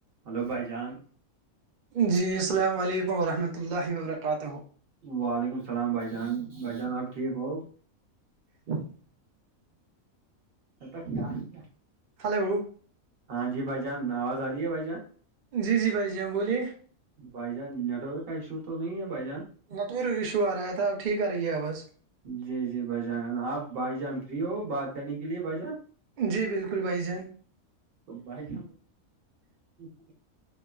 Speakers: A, on the right; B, on the right.
A: ہلو بھائی جان
B: جی السلام علیکم ورحمۃ اللہ وبرکاتہ
A: وعلیکم السلام بھائی جان بھائی جان آپ ٹھیک ہو
B: ہ <inaudible>
A: تب کیا کیا <inaudible>
B: ہلو
A: ہاں جی بھائی جان آواز آ رہی ہے بھائی جان
B: جی جی بھائی جی ہماں بولیے
A: بائ جا نیٹورک کا اشو تو نہیں ہے بائ جان
B: نیٹ ورک ایشو آ رہا تھا اب ٹھیک آ رہی ہے آ بس
A: جی جی بھائی جان آپ بھائی جان فری ہو بات کرنے کے لیے بھائی جان
B: جی بالکل بھائی جان
A: تو بھائی ج <inaudible>